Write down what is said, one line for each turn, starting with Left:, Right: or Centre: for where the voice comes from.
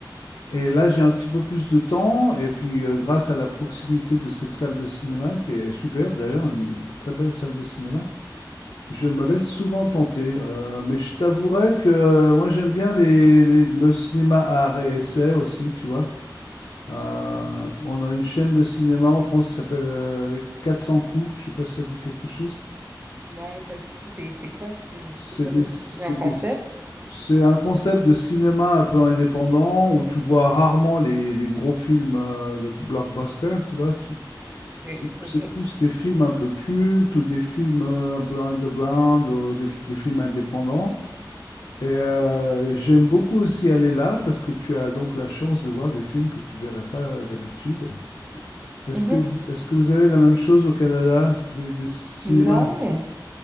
Left: et là, j'ai un petit peu plus de temps et puis euh, grâce à la proximité de cette salle de cinéma qui est superbe d'ailleurs, une très belle salle de cinéma, Je me
Right: oui,
Left: laisse souvent tenter, euh, mais je t'avouerais que euh, moi j'aime bien les, les- le cinéma à art et essai aussi, tu vois. Euh,
Right: oui.
Left: on a une chaîne de cinéma en France qui s'appelle euh, Les 400 coups, je sais pas si ça dit quelque chose.
Right: Non, pas du tout. C'est c'est quoi? C'est
Left: C'est
Right: c'est quoi
Left: des-
Right: le...
Left: c'est
Right: Il y a un concept?
Left: des- c'est un concept de cinéma un peu indépendant où tu vois rarement les, les gros films euh, de blockbuster, tu vois. tu-
Right: Ok,
Left: c'est
Right: ok.
Left: c'est plus des films un peu cultes ou des films euh, un peu underground ou des, f- des films indépendants. Et euh, j'aime beaucoup aussi aller là parce que tu as donc la chance de voir des films que tu verrais pas euh, d'habitude. Est-ce
Right: Mhm.
Left: que, est-ce que vous avez la même chose au Canada, des, des cinémas?
Right: Non,